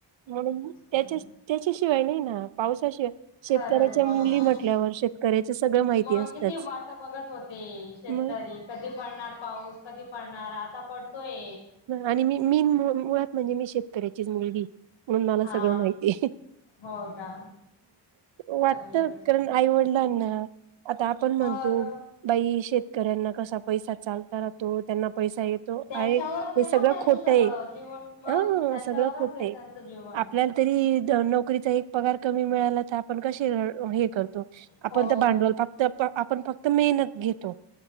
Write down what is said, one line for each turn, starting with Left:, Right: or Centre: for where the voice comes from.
Right: म्हणून त्याच्या
Left: आहे
Right: त्याच्याशिवाय नाही ना, पावसाशिवाय शेतकऱ्याच्या
Left: खरंच बरोबर,
Right: मुली म्हटल्यावर शेतकऱ्याच सगळं माहिती
Left: मग
Right: असतच
Left: किती वाट बघत होते, शेतकरी
Right: मग
Left: कधी पडणार पाऊस? कधी पडणार? आता पडतोय.
Right: आणि मी मीन मुळात, म्हणजे मी शेतकऱ्याचीच मुलगीये. म्हणून मला
Left: हा
Right: सगळं माहितीये.
Left: हो का
Right: वाटत
Left: चांगली गोष्ट
Right: कारण आईवडि लांना, आता आपण म्हणतो,
Left: मग
Right: बाई शेतकऱ्यांना कसा पैसा चाल त <unintelligible> त्यांना पैसा येतो.
Left: त्यांच्यावरच
Right: आहे हे
Left: आहे
Right: सगळं
Left: ना त्यांचं
Right: खोट
Left: सगळं
Right: आहे,
Left: जीवन मग
Right: ह..
Left: त्यांच्यावरच
Right: सगळं खोट आहे.
Left: त्यांचं जीवन
Right: आपल्या तरी, नोकरीचा एक पगार कमी मिळाला तर, आपण कसे र हे कर आपण
Left: हो
Right: तर भांडवल फक्त, आपण फक्त मेहनत घेतो.